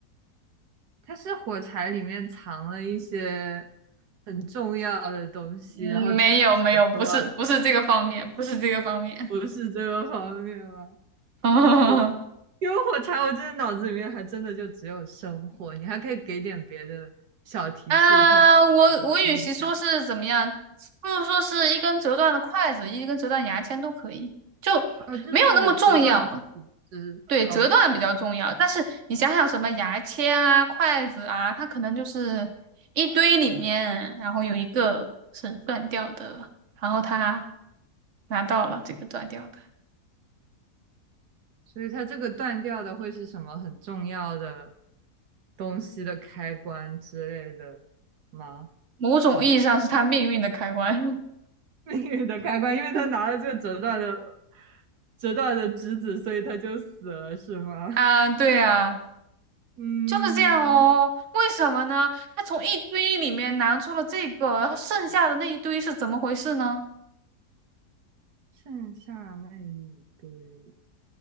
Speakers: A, on the right; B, on the right.
A: 他是火柴里面藏了一些很重要的东西，
B: 嗯，
A: 然后他折断了，
B: 没有没有，不是不是这个方面，不是这个方面。
A: 不是这个方面吗？
B: <laughs>
A: 火，因为火柴，我真的脑子里面还真的就只有生火，你还可以给点别的小提示，
B: 啊，
A: 我可以往哪方面想？
B: 我我与其说是怎么样，不如说是一根折断的筷子，一根折断牙签都可以，就没有那么重要。
A: 啊？就是折断的树枝，OK，
B: 对，折断比较重要。但是你想想，什么牙签啊、筷子啊，它可能就是一堆里面，然后有一个是断掉的，然后他拿到了这个断掉的，
A: 所以它这个断掉的会是什么很重要的东西的开关之类的吗？
B: 某种意义上是他命运的开关。
A: 命运的开关，因为他拿了这个折断的
B: <laughs>
A: 折断的枝子，所以他就死了，是吗？
B: 啊，对啊，
A: 嗯，
B: 就是这样哦。为什么呢？他从一堆里面拿出了这个，然后剩下的那一堆是怎么回事呢？
A: 剩下那一堆，